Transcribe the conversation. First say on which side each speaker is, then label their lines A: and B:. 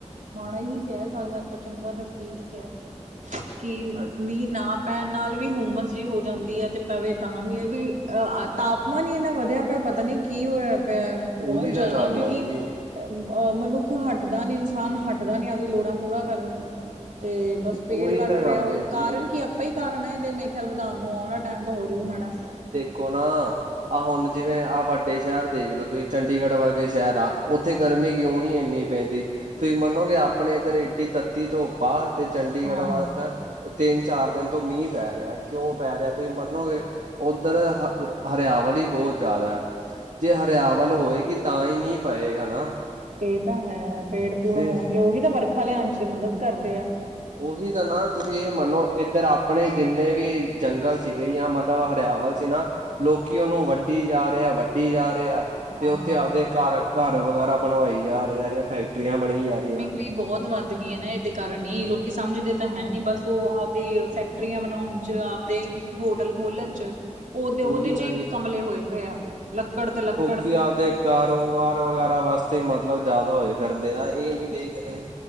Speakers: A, on the right; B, on the right.
A: ਮਾੜਾ ਹੀ ਕਹਿ ਸਕਦੇ ਹਾਂ ਆਪਾਂ ਚੰਗਾ ਤਾਂ ਕੀ ਐ। ਕੀ
B: ਹਾਂਜੀ
A: ਮੀਂਹ ਨਾ ਪੈਣ ਨਾਲ ਵੀ ਹੁੰਮਸ ਜਿਹੀ ਹੋ ਜਾਂਦੀ ਐ ਤੇ ਪਵੇ ਤਾਂ ਵੀ ਇਹ ਵੀ ਅ ਤਾਪਮਾਨ ਹੀ ਇੰਨਾ ਵਧੀਆ। ੳਧਰ ਪਤਾ ਨੀ ਕੀ ਹੋਇਆ ਪਿਆ ਬਹੁਤ
B: ਉਹੀ ਤਾਂ
A: ਜ਼ਿਆਦਾ
B: ਗੱਲ
A: ਕਿਉਂਕੀ
B: ਆ ਜੀ,
A: ਅਹ ਮਨੁੱਖ ਹਟਦਾ ਨੀ ਇਨਸਾਨ ਹਟਦਾ ਨੀ ਆਪਦੀ ਲੋੜਾਂ ਪੂਰਾ ਕਰਨ ਤੇ ਬਸ। ਪੇਡ
B: ਉਹੀ
A: ਕੱਟ
B: ਤਾਂ ਗੱਲ
A: ਰਿਹਾ ਹੋਰ
B: ਏ ਜੀ।
A: ਕਾਰਨ ਕੀ ਆਪਾਂ ਹੀ ਕਾਰਨ ਐ ਇਹਦੇ ਮੇਰੇ ਖਿਆਲ ਵਧਾਉਣ ਨੂੰ ਆਉਣ ਆਲਾ ਟਾਈਮ ਹੋਰ ਵੀ ਮਾੜਾ।
B: ਕੋ ਨਾ। ਆਹ ਹੁਣ ਜਿਵੇਂ ਆਹ ਵੱਡੇ ਸ਼ਹਿਰ ਦੇਖ ਲੋ ਤੁਸੀਂ ਚੰਡੀਗੜ੍ਹ ਵਰਗੇ ਸ਼ਹਿਰ ਆ ਉੱਥੇ ਗਰਮੀ ਕਿਉਂ ਨਹੀਂ ਇੰਨੀ ਪੈਂਦੀ ਤੁਸੀਂ ਮੰਨੋਗੇ ਆਪਣੇ ਇੱਧਰ ਏਡੀ ਤੱਤੀ ਧੁੱਪ ਆ। ਤੇ ਚੰਡੀਗੜ੍ਹ
A: ਹਾਂ
B: ਵੱਲ ਨਾ ਤਿੰਨ ਚਾਰ ਦਿਨ ਤੋਂ ਮੀਂਹ ਪੈ ਰਿਹਾ ਕਿਉਂ ਪੈ ਰਿਹਾ। ਤੁਸੀਂ ਮੰਨੋਗੇ ਉੱਧਰ ਹ ਹਰਿਆਵਲ ਹੀ ਬਹੁਤ ਜ਼ਿਆਦਾ ਹੈ। ਜੇ ਹਰਿਆਵਲ ਹੋਏਗੀ ਤਾਂ ਹੀ ਮੀਂਹ ਪਏਗਾ ਨਾ।
A: ਇਹ ਤਾਂ ਹੈ ਪੇੜ-ਪੂੜ
B: ਤੇ
A: ਹੋਣਗੇ, ਉਹੀ ਤਾਂ ਵਰਖਾ ਲਿਆਉਣ'ਚ
B: ਹਾਂ
A: ਮਦਦ ਕਰਦੇ ਆ।
B: ਉਹੀ ਤਾਂ ਨਾ ਤੁਸੀਂ ਇਹ ਮੰਨੋ ਇੱਧਰ ਆਪਣੇ ਜਿੰਨੇ ਵੀ ਜੰਗਲ ਸੀਗੇ ਜਾਂ ਮਲ ਮਤਲਬ ਹਰਿਆਵਲ 'ਚ ਨਾ ਲੋਕੀ ਉਹਨਾਂ ਨੂੰ ਵੱਡੀ ਜਾ ਰਿਹਾ ਵੱਡੀ ਜਾ ਰਿਹਾ
A: ਹਾਂ
B: 'ਤੇ ਉੱਥੇ ਆਪਦੇ ਘਰ-ਘਰ ਵਗੈਰਾ ਬਣਵਾਈ ਜਾ ਰਹਾ ਜਾਂ ਫੈਕਟਰੀਆਂ ਬਣੀ ਜਾ ਰਹੀਆਂ।
A: ਮੀ ਬੋਤ ਵੱਧ ਗਈ ਐ ਨਾ ਏਦੇ ਕਾਰਨ ਈ ਲੋਕੀ ਸਮਝਦੇ ਤਾਂ ਹੈ ਨੀ ਬਸ ਓ ਆਪਦੇ ਫੈਕਟਰੀਆਂ ਬਣਾਉਣ 'ਚ ਆਪਦੇ ਹੋਟਲ ਖੋਲਣ 'ਚ ਓਦੇ-ਓਦੇ
B: ਉਹੀ
A: 'ਚ
B: ਨਾ
A: ਈ
B: ਜੀ
A: ਕਮਲੇ ਹੋਏ ਪਏ ਆ ਲੱਕੜ ਤੇ ਲਕ
B: ਕੀ ਆਪਦੇ ਕਾਰੋਬਾਰ ਵਗੈਰਾ ਵਾਸਤੇ ਮਤਲਬ ਜਾਦਾ ਹੋਏ ਫਿਰਦੇ ਆ ਏ ਨੀ ਦੇਖਦੇ